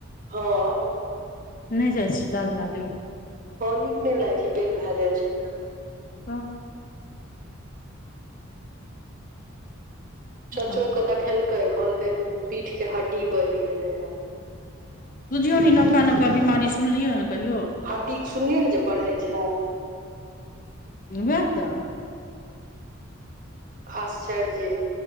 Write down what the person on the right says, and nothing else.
हँ
हँ, नीक नहि लागै छै, बेड़ भै जाइ छै तऽ।
चाचोके
देखेलकै, कहलकै पीठके हड्डी बढ़ि गेलै हे।
हड्डीके सुनलिए हे जे बढ़ै छै।
आश्चर्य‌ जे